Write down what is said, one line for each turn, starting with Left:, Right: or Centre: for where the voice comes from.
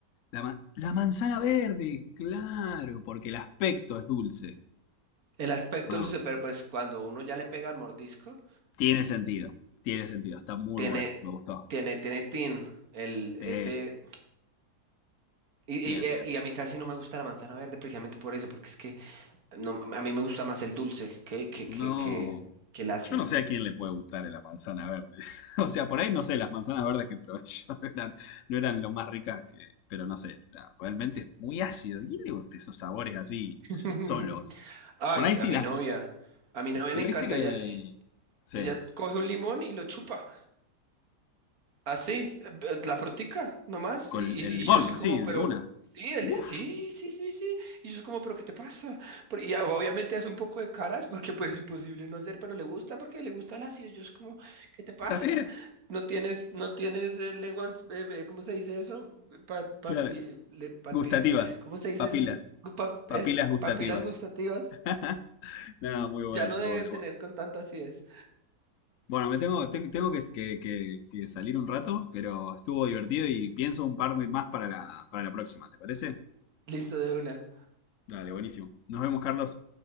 Left: La, ma- la manzana verde, claro, porque el aspecto es dulce.
Right: El aspecto
Left: ¿O no?
Right: luce, pero pues cuando uno ya le pega el mordisco,
Left: Tiene sentido, tiene sentido, está muy
Right: tiene,
Left: bueno, me gustó.
Right: tiene, tiene tin, el,
Left: Sí,
Right: ese, y, y,
Left: bien,
Right: eh,
Left: bien,
Right: y
Left: bien.
Right: a mí casi no me gusta la manzana verde precisamente por eso, porque es que no, a mí me gusta más el dulce que, que,
Left: No,
Right: que, que, que el ácido.
Left: yo no sé a quién le puede gustar la manzana verde. <laughs> O sea, por ahí no sé, las manzanas verdes que probé yo <laughs> no eran, no eran lo más ricas que, pero no sé, la- realmente es muy ácido. ¿A quién le gusta esos sabores así,
Right: <laughs>
Left: solos? Por
Right: Ay,
Left: ahí sí
Right: a mi
Left: las,
Right: novia, a mi novia
Left: pero
Right: le encanta,
Left: viste que,
Right: ella,
Left: sí.
Right: ella coge un limón y lo chupa. Así, la frutica, nomás.
Left: con
Right: Y, y,
Left: el limón,
Right: y yo soy
Left: así,
Right: como, pero.
Left: de una.
Right: Sí, el-
Left: Uf,
Right: sí, sí, sí, sí. Y yo soy como, pero ¿qué te pasa? Por- Y obviamente hace un poco de caras porque pues imposible no hacer, pero le gusta porque le gusta el ácido. Yo soy como, ¿qué te pasa?
Left: está bien.
Right: No tienes, no tienes eh, lenguas, eh, eh, ¿cómo se dice eso? Pa, papi-
Left: Claro,
Right: le- palpi-
Left: gustativas,
Right: ¿cómo se dice
Left: papilas,
Right: eso? Pa-
Left: papilas
Right: es-
Left: gustativas.
Right: papilas gustativas.
Left: <laughs> No, muy bueno,
Right: Ya no debe
Left: muy bueno.
Right: tener con tanta acidez.
Left: Bueno, me tengo, ten- tengo que, que- que- que salir un rato, pero estuvo divertido y pienso un par de más para la, para la próxima, ¿te parece?
Right: Listo de una.
Left: Dale, buenísimo. Nos vemos, Carlos.